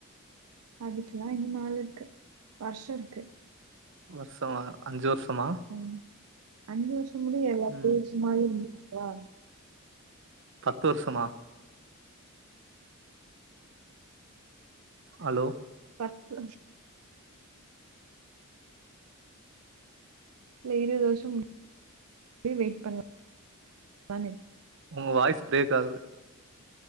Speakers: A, on the right; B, on the right.
A: அதுக்கலா இன்னு நாள் இருக்கு வர்ஷோ இருக்கு
B: வர்ஷமா அஞ்சு வர்ஷமா
A: ம் அஞ்சு வருஷ முடிய எல்லாத்தேயு
B: ம்
A: சும்மாவே இருந்துக்கவா
B: பத்து வருஷமா ஹலோ
A: பத்து இல்ல இருவது வருஷோ வெயிட் பண்லான் இரு
B: ஒங்க வாய்ஸ் பிரேக் ஆகுது